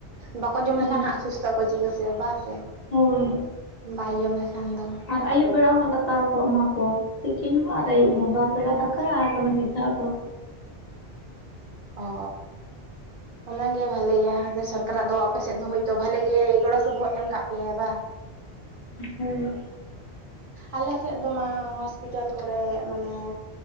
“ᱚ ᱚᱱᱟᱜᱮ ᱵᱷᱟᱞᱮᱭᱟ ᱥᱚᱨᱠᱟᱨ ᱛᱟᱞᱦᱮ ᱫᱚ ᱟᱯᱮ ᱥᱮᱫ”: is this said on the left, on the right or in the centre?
Right